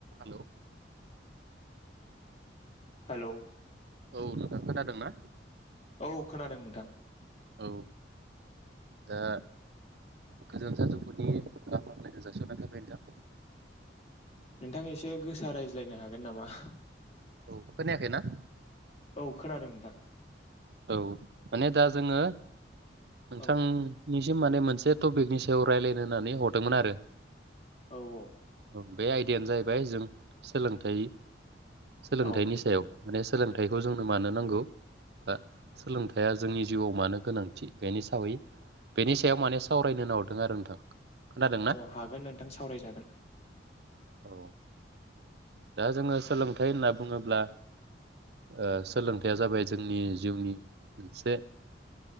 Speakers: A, on the right (about 65°); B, on the left (about 35°).
A: Hello
B: hello
A: औ नोंथां खोनादों ना
B: औ खोनादों नोंथां
A: औ दा गोजोन सानजौफुनि गाहाम हामलायनाय जासि हरनाय थाबाय नोंथां।
B: नोंथां एसे गोसा रायज्लायनो हागोन नामा?
A: औ खोनायाखै ना
B: औ खोनादों नोंथां
A: औ माने दा जोङो नोंथांनि
B: औ
A: सिम माने मोनसे टपिकनि सायाव रायलायनो होननानै हरदोंमोन आरो
B: औ औ
A: औ बे आयदायानो जाहैबाय जों सोलोंथाइ सोलोंथाइनि
B: औ
A: सायाव माने सोलोंथाइखौ जोंनो मानो नांगौ बा सोलोंथाया जोंनि जिउआव मानो गोनांथि बेनि सावै बेनि सायाव माने सावरायनो होनना हरदों आरो नोंथां खोनादोंना?
B: औ हागोन नोंथां सावरायजागोन
A: औ दा जोङो सोलोंथाइ होनना बुङोब्ला ओ सोलोंथाइया जाबाय जोंनि जिउनि मोनसे